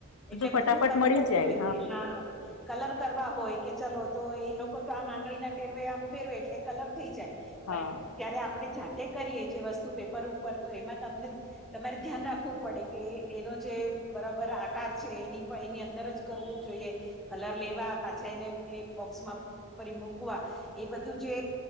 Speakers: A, in the centre; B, on the left.
A: એટલે
B: ફટાફટ
A: બધું તરત
B: મળી
A: જ
B: જાય
A: જોઈએ હા કલર કરવા હોય કે ચલો તો એ લોકો તો આમ આંગળીના ટેરવે આમ ફેરવે એટલે કલર થઈ જાય.
B: હા
A: પણ જ્યારે આપણે જાતે કરીએ જે વસ્તુ પેપર ઉપર તો એમાં તમને તમારે ધ્યાન રાખવું પડે કે એનો જે બરાબર આકાર છે, એની પણ એની અંદર જ કરવું જોઈએ કલર લેવા પાછા એને એ બોક્સમાં ફરી મૂકવા એ બધું જે